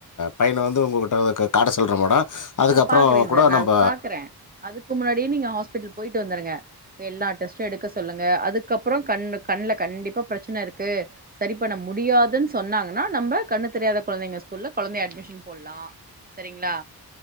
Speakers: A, on the left (about 50°); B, on the right (about 25°).
A: பையனை வந்து உங்ககிட்ட வந்து காட்ட சொல்ற மேடம் அதுக்கப்புறம்
B: ஏ பாக்குறேன்
A: கூட
B: சார் நான்
A: நம்ம
B: அது பாக்குறே அதுக்கு முன்னாடி நீங்க ஹாஸ்பிடல் போய்ட்டு வந்துருங்க எல்லா டெஸ்ட்டோ எடுக்க சொல்லுங்க அதுக்கப்புறோ கண் கண்ணல கண்டிப்பா பிரச்சனை இருக்கு சரி பண்ண முடியாதுன்னு சொன்னாங்கன்னா நம்ப கண்ணு தெரியாத கொழந்தைங்க ஸ்கூல்ல கொழந்தைய அட்மிஷன் போடலாம் சரிங்களா